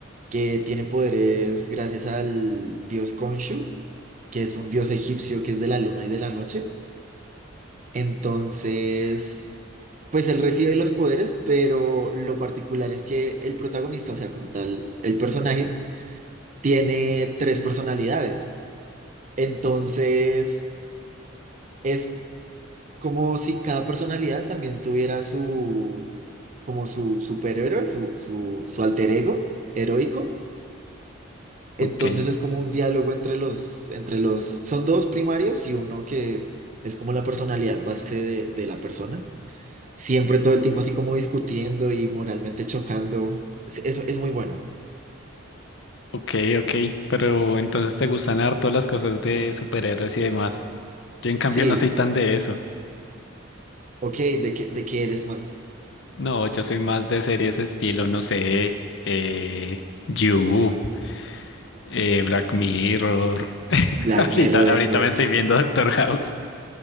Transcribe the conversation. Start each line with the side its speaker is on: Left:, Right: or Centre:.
Right: que tiene poderes gracias al dios Khonshu, que es un dios egipcio que es de la luna y de la noche. Entonces... Pues él recibe los poderes, pero lo particular es que el protagonista, o sea, como tal, el personaje, tiene tres personalidades. Entonces, es como si cada personalidad también tuviera su, como su superhéroe, su, su, su alter ego heroico. Entonces
Left: Ok,
Right: es como un diálogo entre los, entre los, son dos primarios y uno que es como la personalidad base de, de la persona. siempre todo el tiempo así como discutiendo y moralmente chocando. Es- Eso es muy buena.
Left: ok, ok. Pero entonces te gustan harto las cosas de superhéroes y demás. Yo en cambio
Right: Sí,
Left: no soy tan de eso.
Right: ok, ¿de qué, de qué eres más?
Left: No, yo soy más de series estilo, no sé, eh, You, eh, Black Mirror. <laughs>
Right: Black
Left: Ahorita,
Right: Mirror
Left: ahorita
Right: es buenísimo.
Left: me estoy viendo Doctor House.